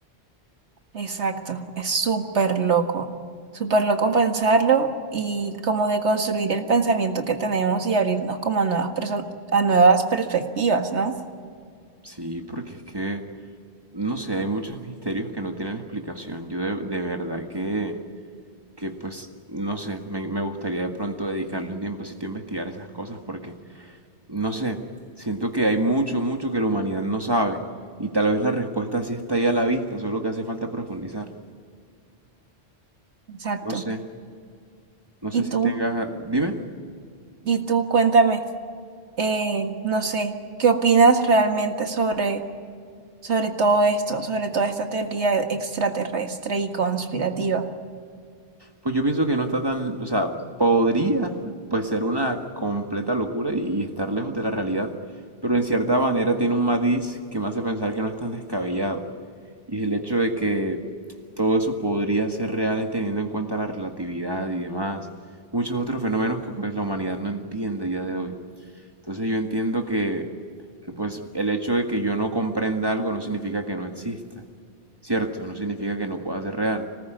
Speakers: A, on the right (about 80°); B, on the right (about 20°).
A: Exacto, es súper loco, súper loco pensarlo y como de construir el pensamiento que tenemos y abrirnos como a nuevas perso- a nuevas perspectivas, ¿no?
B: Sí, porque es que, no sé, hay muchos misterios que no tienen explicación. Yo de, de verdad que, que, pues, no sé, me, me gustaría de pronto dedicarle un tiempecito a investigar esas cosas porque No sé, siento que hay mucho, mucho que la humanidad no sabe y tal vez la respuesta sí está ahí a la vista, solo que hace falta profundizar.
A: Exacto.
B: No sé, no sé
A: Y
B: si
A: tú,
B: tengas... a- Dime.
A: y tú cuéntame, eh, no sé, ¿qué opinas realmente sobre, sobre todo esto, sobre toda esta teoría extraterrestre y conspirativa?
B: Pues yo pienso que no está tan... O sea, podría pues ser una completa locura y estar lejos de la realidad, pero en cierta manera tiene un matiz que me hace pensar que no es tan descabellado. Y es el hecho de que todo eso podría ser real en- teniendo en cuenta la relatividad y demás, muchos otros fenómenos que pues la humanidad no entiende a día de hoy. Entonces yo entiendo que, que, pues el hecho de que yo no comprenda algo no significa que no exista, ¿cierto? No significa que no pueda ser real.